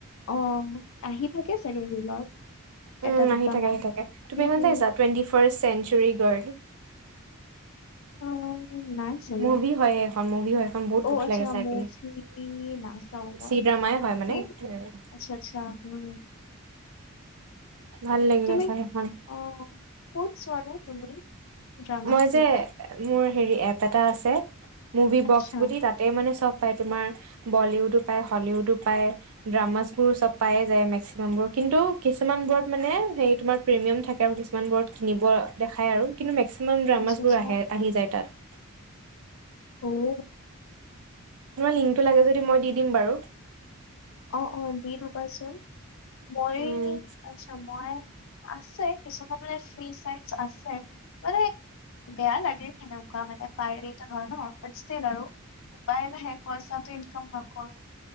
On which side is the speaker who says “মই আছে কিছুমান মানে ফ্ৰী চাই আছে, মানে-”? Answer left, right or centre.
Left